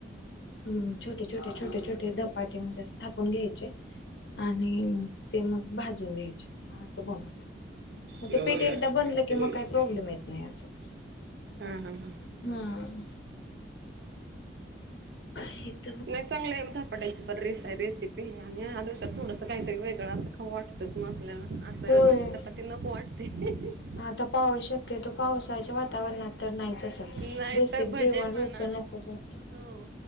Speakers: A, on the left (about 70°); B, on the right (about 60°).
A: हम्. छोटे, छोटे, छोटे, छोटे धपाटे म्हणजे असं थापून घ्यायचे. आणि ते मग भाजून घ्यायचे. असं बनवतो. मग,
B: तिला
A: ते पीठ
B: वर घ्या
A: एकदा बनलं
B: ते
A: की,
B: बरोबर
A: मग काही प्रॉब्लेम येत नाही असं.
B: ह, ह ह.
A: हम्म. आहेत.
B: नाही चांगलंय, धापटायची बर. रेस - रेसिपी. आणि या दिवसात थोडंस, काहीतरी वेगळं असं खाव वाटतच मग आपल्याला. असं,
A: होय
B: भाजी -चपाती ते नको वाटतय. <unintelligible>
A: आता पाऊस शक्यतो, पावसाच्या वातावरणात तर नाही. तसं.
B: नाही
A: बेसिक
B: तर भजे
A: जेवण
B: म्हणा
A: रोजच नको वाटतं.
B: हो